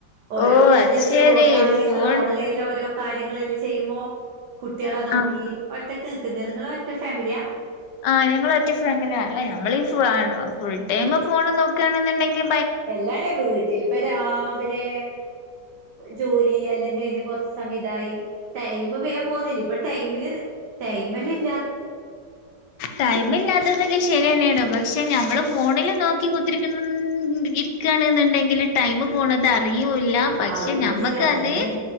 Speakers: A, on the right (about 65°); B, on the left (about 75°).
A: ഓരോ
B: ഓ
A: ബിസിനസ്സ്
B: അത് ശരി
A: ഓ കാര്യങ്ങൾ
B: ഫോൺ
A: ഓൺലൈനിൽ ഓരോ കാര്യങ്ങളെല്ലാം ചെയ്യുമ്പോ കുട്ടികളെ നോക്കി
B: ആഹ്
A: ഒറ്റക്ക് നിക്കുന്നത്. നിങ്ങള് ഒറ്റ ഫാമിലിയാ
B: ആ ഞങ്ങള് ഒറ്റ ഫാമിലിയാണ്. അല്ല നമ്മളീ ഫു ഫുൾ ടൈം ഫോൺ നോക്കണെന്നുണ്ടെങ്കിൽ
A: എല്ലാല്ലേ വീട്ടിൽ ഇപ്പൊ രാവിലെ ജോലി അല്ലെങ്കിൽ അതിന് കൊറച്ചു സമയം ഇതായി ടൈം വേഗം പോന്നില്ലേ ഇപ്പൊ ടൈമിന് ടൈംമന്നേ ഇല്ല
B: ടൈംമില്ലാത്തതൊക്കെ ശെ <unintelligible> പക്ഷെ നമ്മള് ഫോണില് നോക്കി കുത്തിരി ഇരിക്കാണ് എന്നുണ്ടെങ്കില് ടൈമ് പോ <unintelligible> അറിയൂല്ല പക്ഷെ
A: അറിയും
B: നമ്മുക്കത്
A: ചെയ്യില്ല അതന്നെ